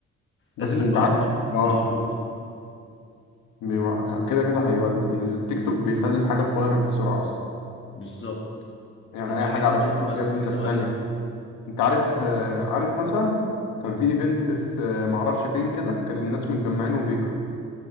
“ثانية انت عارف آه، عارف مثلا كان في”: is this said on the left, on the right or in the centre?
Left